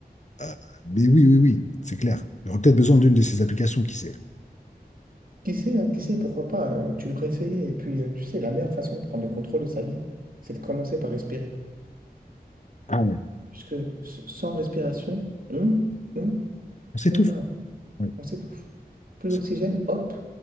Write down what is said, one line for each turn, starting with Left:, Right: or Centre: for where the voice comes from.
Left: Euh, mais oui, oui, oui, c'est clair. J'aurais peut-être besoin d'une de ces applications, qui sait.
Right: Qui sait, hein, qui sait, pourquoi pas, euh, tu devrais essayer. Et puis, euh, tu sais, la meilleure façon de prendre le contrôle de sa vie, c'est de commencer par respirer.
Left: Ah ouais.
Right: Puisque s- sans respiration, on, on,
Left: On s'étouffe.
Right: on meurt.
Left: Ouais.
Right: On s'étouffe. Plus
Left: C'est-
Right: d'oxygène, hop.